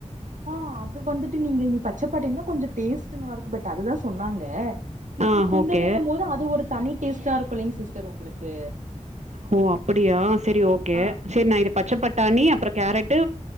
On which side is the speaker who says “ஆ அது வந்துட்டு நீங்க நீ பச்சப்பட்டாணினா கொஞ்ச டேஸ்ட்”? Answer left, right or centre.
Right